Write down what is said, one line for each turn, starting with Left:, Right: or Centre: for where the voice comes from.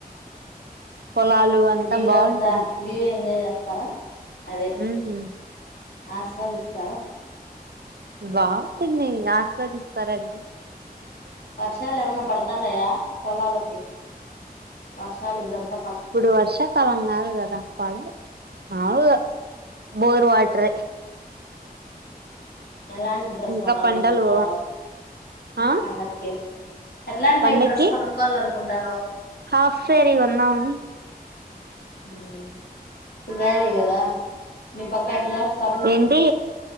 Right: పొలాలు
Left: వ్యూ
Right: బాగుంటుంది
Left: అంతా వ్యూ ఎంజాయ్ చేస్తారా అదే
Right: ఉమ్
Left: ఆస్వాదిస్తారా
Right: వుంటుంది ఆస్వాదిస్తారంండి
Left: వర్షాలు ఏమైన్నా పడతండయ పొలాలకి వర్షాలు ఇపుడు అంత
Right: ఇప్పుడు వర్షకాలం కాదు కదా అప్పడు మావుగా బోర్ వాట్ర
Left: ఎలాంటి డ్రెస్
Right: ఇంకా
Left: కొనాల
Right: పంటలు
Left: అనుకుంటున్నావు
Right: ఆ
Left: పండగకి ఎట్లాంటి
Right: పండక్కి
Left: టైప్ డ్రెస్ కొనుక్కోవాల అనుకుంటు న
Right: హాఫ్ సేరి వన్నావని
Left: మ్ ఉగాది కదా మీ పక్క ఎట్టా చేస్తారు
Right: ఏంటి